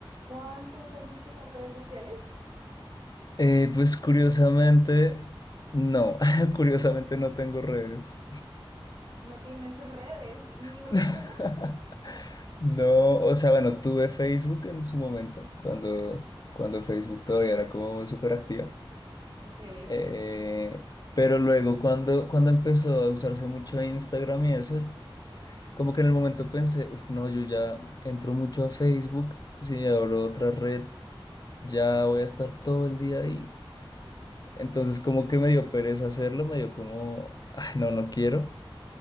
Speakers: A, on the right; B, on the left.
A: Juan, ¿tú usas mucho las redes sociales?
B: Eh, pues curiosamente, no, <laughs> curiosamente no tengo redes.
A: ¿No tienes redes ni una
B: <laughs>
A: sola?
B: No, o sea, bueno, tuve Facebook en su momento, cuando, cuando Facebook todavía era como súper activa.
A: Ok,
B: Eh,
A: ok.
B: pero luego cuando, cuando empezó a usarse mucho Instagram y eso, como que en el momento pensé, uff, no, yo ya entro mucho a Facebook, si abro otra red, ya voy a estar todo el día ahí. Entonces como que me dio pereza hacerlo, me dio como, ay, no, no quiero.